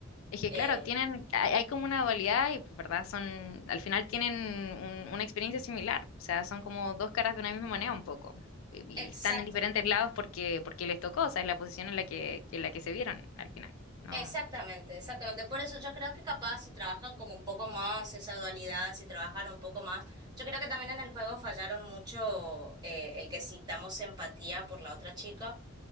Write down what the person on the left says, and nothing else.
es que
claro, tienen, hay, hay como una dualidad y pues, verdad, son, al final tienen un- una experiencia similar, o sea, son como dos caras de una misma moneda un poco. Y
y están en diferentes lados porque, porque les tocó, o sea, es la posición en la que, en la que se vieron al final. no